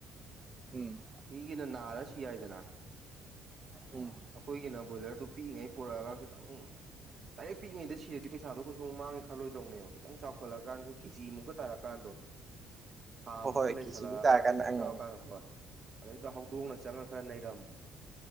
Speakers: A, on the right; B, on the right.
A: ꯎꯝ
B: ꯃꯤꯒꯤꯅ ꯅꯥꯔꯁꯨ ꯌꯥꯏꯗꯅ
A: ꯎꯝ
B: ꯑꯩꯈꯣꯏꯒꯤꯅ ꯕꯣꯏꯂꯔꯗꯨ ꯄꯤꯛꯏꯉꯩ ꯄꯨꯔꯛꯑꯒ ꯈꯤꯇꯪ ꯗꯥꯏꯦꯛ ꯄꯤꯛꯏꯉꯩꯗ ꯁꯤꯔꯗꯤ ꯄꯩꯁꯥꯣ ꯀꯩꯁꯨ ꯃꯥꯡꯦ ꯈꯜꯂꯣꯏꯗꯧꯅꯦꯕ ꯈꯤꯇꯪ ꯆꯥꯎꯈꯠꯂꯑꯀꯥꯟ ꯑꯩꯈ ꯀꯦꯖꯤꯃꯨꯛ ꯇꯥꯔꯀꯥꯟꯗꯣ ꯊꯥ
A: ꯍꯣꯏ
B: ꯑꯃꯨꯛꯀ
A: ꯍꯣꯏ ꯀꯤꯁꯤꯕꯨ
B: ꯂꯩꯁꯜꯂꯛꯑꯒ
A: ꯇꯥꯔꯀꯥꯟꯗ
B: ꯈꯤꯇꯪ
A: ꯑꯪ
B: ꯆꯥꯎꯔꯀꯥꯟꯗ ꯍꯣ ꯑꯗꯩꯗ ꯍꯧꯗꯣꯡꯅ ꯆꯪꯉ ꯈꯔ ꯅꯩꯔꯝ